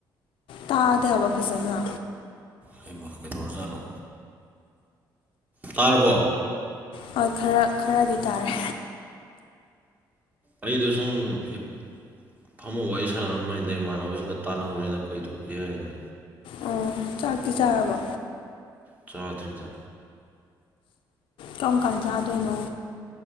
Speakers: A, on the left; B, on the right.
A: ꯇꯥꯗꯦ ꯍꯥꯏꯕ ꯐꯖꯅ
B: ꯍꯩꯃꯥ ꯀꯩꯗꯧꯔꯖꯥꯠꯅꯣ ꯇꯥꯔꯕꯣ
A: ꯍꯣꯏ ꯈꯔ ꯈꯔꯗꯤ ꯇꯥꯔꯦ
B: ꯑꯩꯗꯨ ꯁꯨꯝ ꯍꯤꯞ ꯐꯝꯃ ꯋꯥꯔꯤ ꯁꯥꯟꯅꯔꯝꯕꯅꯤꯗ ꯏꯃꯥꯟꯅꯕꯁꯤꯡꯒ ꯇꯥꯟꯅꯕꯅꯤꯗ ꯀꯔꯤ ꯇꯧꯕ ꯌꯥꯏꯗꯅ
A: ꯑꯣ ꯆꯥꯛꯇꯤ ꯆꯥꯔꯕ
B: ꯆꯥꯗ꯭ꯔꯤꯗ
A: ꯀꯔꯝ ꯀꯥꯟ ꯆꯥꯗꯣꯏꯅꯣ